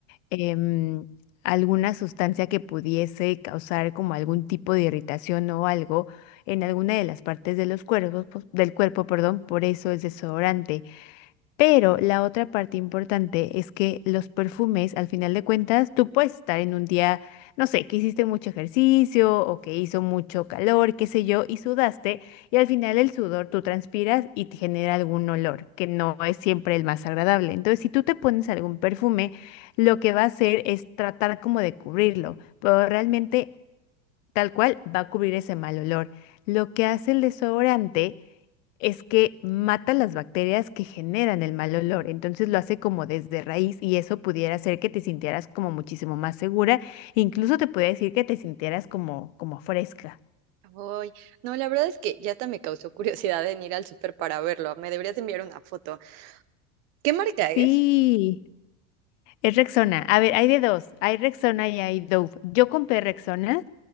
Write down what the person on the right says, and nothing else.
Uy, no, la verdad es que ya hasta me causó curiosidad en ir al súper para verlo. Me deberías enviar una foto. ¿Qué marca es?